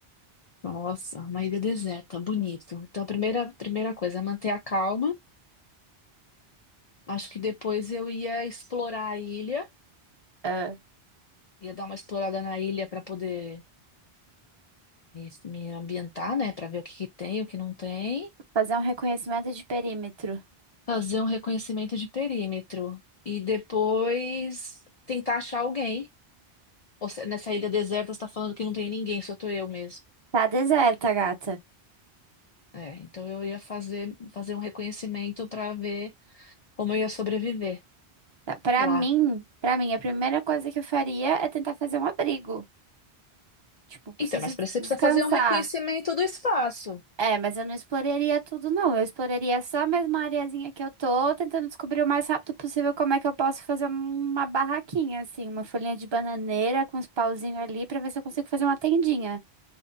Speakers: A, on the left; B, on the right.
A: Nossa, uma ilha deserta, bonito. Então, a primeira, primeira coisa é manter a calma. Acho que depois eu ia explorar a ilha
B: Ah,
A: Ia dar uma explorada na ilha para poder me, me ambientar, né? Para ver o que que tem, o que não tem.
B: fazer um reconhecimento de perímetro.
A: Fazer um reconhecimento de perímetro. E depois tentar achar alguém. Ou se- nessa ilha deserta, você está falando que não tem ninguém, só tô eu mesmo.
B: Tá deserta, gata.
A: É, então eu ia fazer, fazer um reconhecimento para ver como eu ia sobreviver
B: Pra
A: lá.
B: mim, para mim, a primeira coisa que eu faria é tentar fazer um abrigo. Tipo, preciso
A: Então, mas pra isso você
B: descansar.
A: precisa fazer um reconhecimento do espaço.
B: É, mas eu não exploraria tudo, não. Eu exploraria só mesmo a mesma areazinha que eu tô, tentando descobrir o mais rápido possível como é que eu posso fazer uma barraquinha, assim, uma folhinha de bananeira com uns pauzinhos ali pra ver se eu consigo fazer uma tendinha.